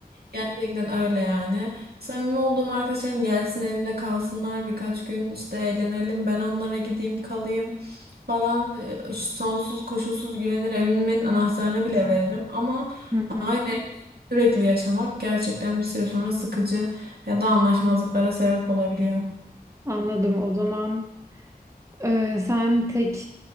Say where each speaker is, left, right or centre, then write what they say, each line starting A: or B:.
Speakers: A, on the right (about 75°); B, on the right (about 20°).
A: Gerçekten öyle yani. Samimi olduğum arkadaşlarım gelsin evimde kalsınlar birkaç gün işte eğlenelim ben onlara gideyim kalayım falan Ee, sonsuz koşulsuz güvenir evimin anahtarını bile veririm ama
B: <laughs>
A: aynı evde sürekli yaşamak gerçekten bir süre sonra sıkıcı ya da anlaşmazlıklara sebep olabiliyor.
B: Anladım. O zaman e, sen tek